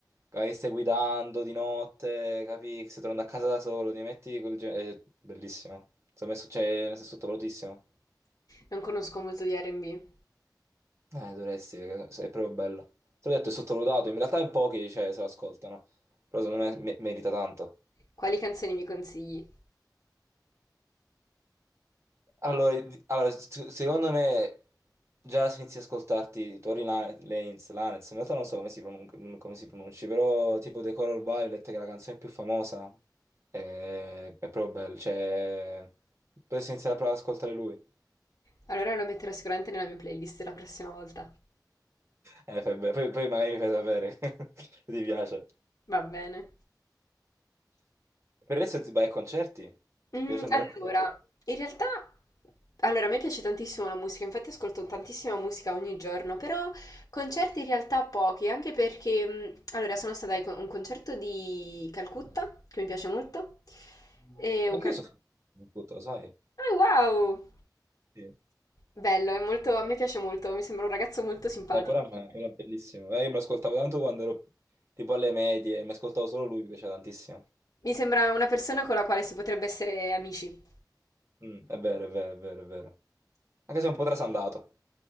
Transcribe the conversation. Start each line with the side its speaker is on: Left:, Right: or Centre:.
Right: magari stai guidando di notte, capi che stai tornando a casa da solo, ti metti quel genere, è bellissimo, secondo me so- cioè, nel senso, è sottovalutissimo,
Left: Non conosco molto di R&B.
Right: eh, dovresti, perché è proprio bello, te l'ho detto è sottovalutato, in realtà in pochi cioè, se lo ascoltano, però secondo me me- merita tanto.
Left: Quali canzoni mi consigli?
Right: Allora, di- allora, s- secondo me già si inizia a ascoltarti Tori Lane- Lanez, Lanez, in realtà non so come si, pronun- come si pronunci, però tipo The Color Violet, che è la canzone più famosa, è, è proprio bello, cioè dovresti iniziare a provare ad ascoltare lui,
Left: Allora lo metterò sicuramente nella mia playlist la prossima volta.
Right: Eh, fai bene. Poi, poi magari mi fai sapere <laughs> se ti piace.
Left: Va bene.
Right: Per adesso ti vai ai concerti? Ti
Left: Mm,
Right: piace andare
Left: allora,
Right: a concerti?
Left: in realtà, allora, a me piace tantissimo la musica, infatti ascolto tantissima musica ogni giorno, però concerti in realtà pochi, anche perché, mm, allora, sono stata a un concerto di Calcutta, che mi piace molto, e
Right: Anche
Left: un cal-
Right: io sono tutto, lo sai?
Left: Ah, wow!
Right: Sì.
Left: Bello, è molto, a me piace molto, mi sembra un ragazzo molto simpatico.
Right: Eh, Coran è Coran è bellissimo. Eh, io me lo ascoltavo tanto quando ero tipo alle medie, mi ascoltavo solo lui, mi piaceva tantissimo.
Left: Mi sembra una persona con la quale si potrebbe essere amici.
Right: Mm, è vero, è vero, è vero, è vero. Anche se è un po' trasandato.